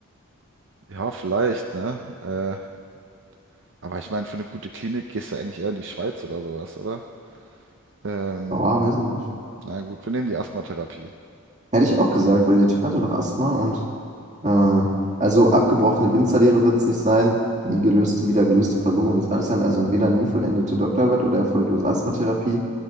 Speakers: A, on the right; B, on the right.
A: ja, vielleicht, ne? Äh, aber ich meine, für eine gute Klinik gehst du eigentlich eher in die Schweiz oder sowas, oder? Ähm,
B: Ja, weiß ich nicht.
A: Na gut, wir nehmen die Asthmatherapie.
B: Hätte ich auch gesagt, weil der Typ hatte doch Asthma und äh, also abgebrochene Winzerlehre wird es nicht sein, nie gelöst, wieder gelöste Verlobung wird es auch nicht sein, also entweder nie vollendete Doktorarbeit oder erfolglose Asthmatherapie,